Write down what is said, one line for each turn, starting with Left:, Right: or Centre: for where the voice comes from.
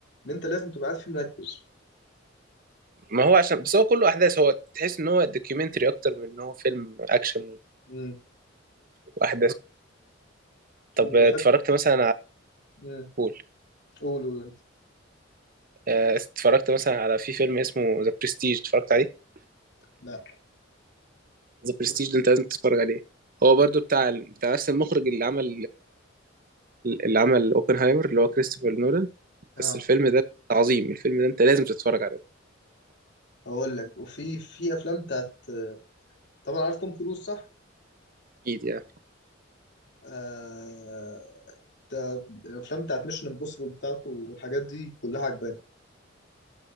Left: ان انت لازم تبقى قاعد فيه مركز
Right: ما هو عشان بس هو كله احداث هو تحس ان هو دوكيومنتري اكتر من ان هو فيلم اكشن
Left: امم
Right: واحداث طب
Left: وبحب
Right: اتفرجت مثلا على
Left: امم
Right: بول
Left: قول قول انت
Right: اتفرجت مثلا على في فيلم اسمه ذا برستيج اتفرجت عليه
Left: لا
Right: ذا برستيج
Left: بص
Right: ده انت لازم تتفرج عليه هو برضو بتاع ال- بتاع نفس المخرج اللي عمل اللي عمل اوبنهايمر اللي هو كريستوفر نولان
Left: اه
Right: بس الفيلم ده عظيم الفيلم ده انت لازم تتفرج عليه
Left: هقول لك وفي في افلام بتاعت طبعا عارف توم كروز صح
Right: اكيد يعني
Left: آه... بتاع- الافلام بتاعت ميشن امبوسيبل بتاعته والحاجات دي كلها عجباني